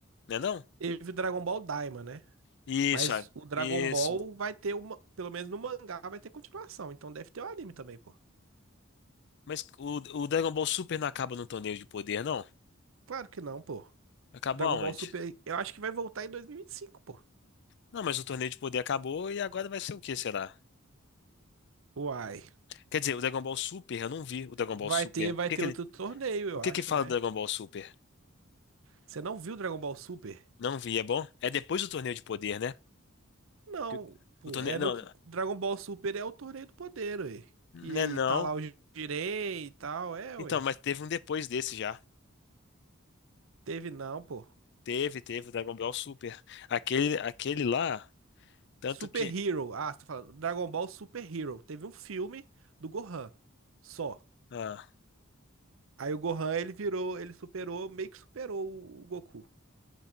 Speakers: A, on the left; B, on the right.
A: né não?
B: Teve o Dragon Ball Daima, né?
A: Isso,
B: Mas
A: ah,
B: o Dragon
A: isso.
B: Ball vai ter uma, pelo menos no mangá vai ter continuação, então deve ter o anime também, pô.
A: Mas o, o Dragon Ball Super não acaba no torneio de poder, não?
B: Claro que não, pô.
A: Acabou
B: Dragon
A: aonde?
B: Ball Super, eu acho que vai voltar em 2025, pô.
A: Não, mas o torneio de poder acabou e agora vai ser o que, será?
B: Uai,
A: Quer dizer, o Dragon Ball Super, eu não vi o Dragon Ball
B: vai
A: Super.
B: ter,
A: O
B: vai
A: que
B: ter
A: que
B: outro
A: ele,
B: torneio, eu
A: o que
B: acho,
A: que fala
B: né?
A: do Dragon Ball Super?
B: Você não viu Dragon Ball Super?
A: Não vi, é bom? É depois do torneio de poder, né?
B: Não,
A: Que-
B: pô,
A: O torneio,
B: é no
A: não,
B: Dragon Ball Super é o Torneio do Poder, ué.
A: não
B: Que
A: é não.
B: tá lá o Jirei e tal, é,
A: Então,
B: ué.
A: mas teve um depois desse já.
B: Teve não, pô.
A: Teve, teve o Dragon Ball Super. Aquele, aquele lá, tanto
B: Super
A: que.
B: Hero, ah, você tá falando, Dragon Ball Super Hero. Teve um filme do Gohan, só.
A: Ah,
B: Aí o Gohan, ele virou, ele superou, meio que superou o o Goku.